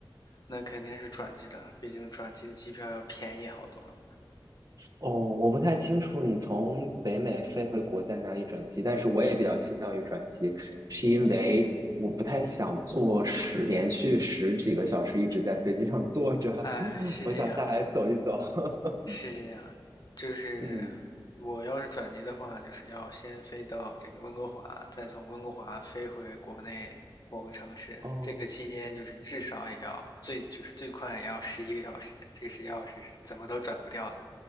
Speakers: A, on the left (about 55°); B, on the right (about 50°).
A: 那肯定是转机的，毕竟转机的机票要便宜好多。
B: 哦，我不太清楚你从北美飞回国在哪里转机，但是我也比较倾向于转机，是因为我不太想坐十连续十几个小时一直在飞机上坐着，
A: 哎，
B: <laughs>
A: 是这样，
B: 我想下来走一走。<laughs>
A: 是这样，就是
B: 嗯，
A: 我要是转机的话，就是要先飞到这个温哥华，再从温哥华飞回国内某个城市。
B: 哦，
A: 这个期间就是至少也要最就是最快也要十一个小时，这个十一个小时是怎么都转不掉的，